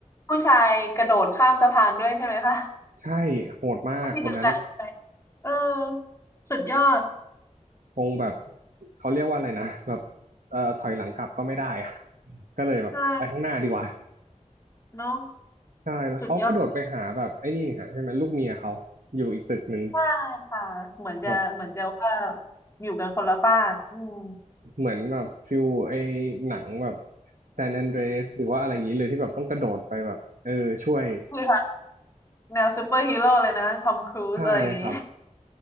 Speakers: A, on the left; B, on the right.
A: ผู้ชายกระโดดข้ามสะพานด้วยใช่ไหมคะ
B: ใช่โหดมากคนนั้น
A: ที่ <laughs> เดียวกันเออ สุดยอด
B: คงแบบเขาเรียกว่าอะไรนะแบบเอ่อถอยหลังกลับก็ไม่ได้อะก็เลยแบบไปข้างหน้าดีกว่า
A: ใช่เนอะ
B: ใช่แล้วเขากระโดดไปหาแบบไอ้นี่ฮะใช่ไหมลูกเมียเขาอยู่อีกตึกหนึ่ง
A: สุดยอดมากค่ะ เหมือนจะเหมือนจะว่า
B: แบบ
A: อยู่กันคนละฟากอืม
B: เหมือนแบบฟิลไอ้หนังแบบแซนแอนเดรสหรือว่าอะไรอย่างนี้เลยที่แบบต้องกระโดดไปแบบเออช่วย
A: คือค่ะแนวซูเปอร์ฮีโร่เลยนะทอมครูซอะไรอย่างงี้
B: ใช่ครับ